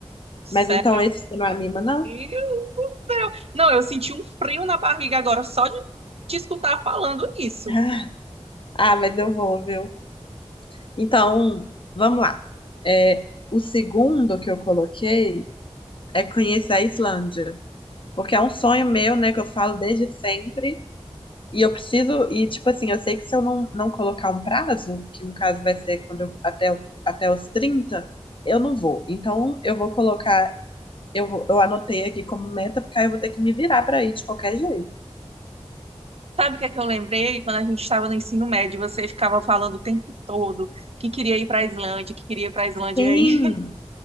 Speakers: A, on the right; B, on the left.
A: Sério.
B: Mas então
A: amiga,
B: esse você não anima, não?
A: Meu Deus do céu. Não, eu senti um frio na barriga agora só de te escutar falando isso.
B: <laughs> Ah, mas eu vou, viu? Então, vamos lá. É, o segundo que eu coloquei é conhecer a Islândia, porque é um sonho meu, né, que eu falo desde sempre. E eu preciso, e tipo assim, eu sei que se eu não, não colocar um prazo, que no caso vai ser quando eu, até, o- até os 30 eu não vou. Então eu vou colocar, eu, vou- eu anotei aqui como meta, porque aí eu vou ter que me virar pra ir de qualquer jeito.
A: Sabe o que é que eu lembrei? Quando a gente estava no ensino médio, você ficava falando o tempo todo que queria ir para a Islândia, que queria ir para a Islândia.
B: Sim,
A: aí, <laughs>